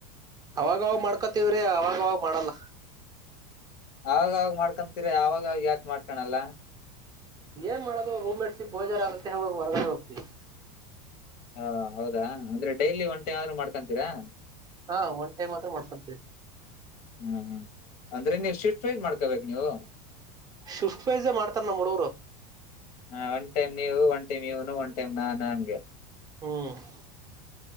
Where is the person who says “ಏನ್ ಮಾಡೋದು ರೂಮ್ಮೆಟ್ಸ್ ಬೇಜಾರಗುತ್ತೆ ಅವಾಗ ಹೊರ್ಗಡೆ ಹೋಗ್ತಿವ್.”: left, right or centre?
Right